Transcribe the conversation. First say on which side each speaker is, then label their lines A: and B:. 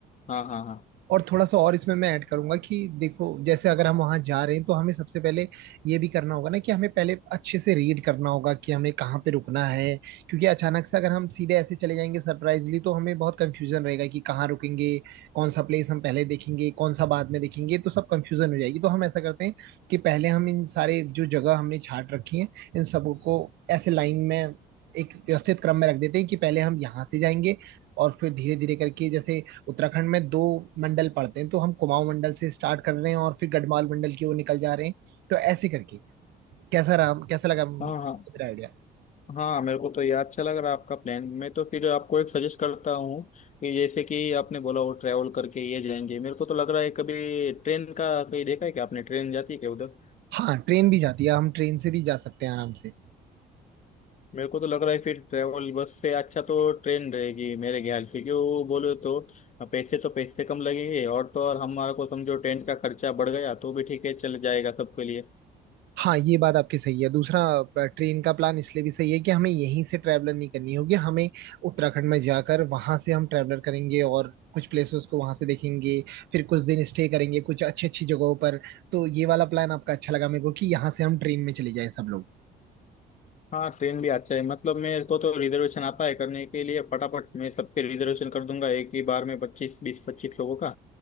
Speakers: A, on the left (about 45°); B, on the right (about 80°).
A: हाँ हाँ हाँ
B: और थोड़ा सा और इसमें मैं ऐड करूंगा कि देखो जैसे अगर हम वहां जा रहे हैं तो हमें सबसे पहले ये भी करना होगा ना कि हमें पहले अच्छे से रीड करना होगा कि हमें कहाँ पे रुकना है क्योंकि अचानक से अगर हम सीधे ऐसे चले जाएंगे सरप्राइजली तो हमें बहुत कंफ्यूजन रहेगा कि कहाँ रुकेंगे कौन सा प्लेस हम पहले देखेंगे कौन सा बाद में देखेंगे तो सब कंफ्यूजन हो जाएगी तो हम ऐसा करते हैं कि पहले हम इन सारे जो जगह हमने छाट रखी है इन सबको ऐसे लाइन में एक व्यवस्थित क्रम में रख देते हैं कि पहले हम यहाँ से जाएंगे और फिर धीरे धीरे करके जैसे उत्तराखंड में दो मंडल पड़ते हैं तो हम कुमाऊं मंडल से स्टार्ट कर रहे हैं और फिर गढ़वाल मंडल की ओर निकल जा रहे हैं तो ऐसे करके कैसा रहा कैसा लगा मेरा
A: हाँ हाँ
B: आइडिया
A: हाँ मेरे को तो ये अच्छा लग रहा है आपका प्लान मैं तो फिर आपको एक सजेस्ट करता हूँ कि जैसे कि आपने बोला वो ट्रैवल करके ये जाएंगे मेरे को तो लग रहा है कभी ट्रेन का कहीं देखा है क्या आपने ट्रेन जाती है क्या उधर
B: हाँ ट्रेन भी जाती है हम ट्रेन से भी जा सकते हैं आराम से
A: मेरे को तो लग रहा है फिर ट्रैवल बस से अच्छा तो ट्रेन रहेगी मेरे ख्याल से क्योंकि वो बोले तो पैसे तो पैसे कम लगेंगे और तो और हमारा को समझो ट्रेन का खर्चा बढ़ गया तो भी ठीक है चल जाएगा सबके लिए
B: हाँ ये बात आपकी सही है दूसरा अ, ट्रेन का प्लान इसलिए भी सही है कि हमें यहीं से ट्रैवलर नहीं करनी होगी हमें उत्तराखंड में जाकर वहां से हम ट्रैवलर करेंगे और कुछ प्लेसेस को वहां से देखेंगे फिर कुछ दिन स्टे करेंगे कुछ अच्छी अच्छी जगहों पर तो ये वाला प्लान आपका अच्छा लगा मेरे को कि यहाँ से हम ट्रेन में चले जाएं सब लोग
A: हाँ ट्रेन भी अच्छा है मतलब मेरे को तो रिजर्वेशन आता है करने के लिए फटाफट मैं सबके रिजर्वेशन कर दूंगा एक ही बार में पच्चीस बीस पच्चीस लोगों का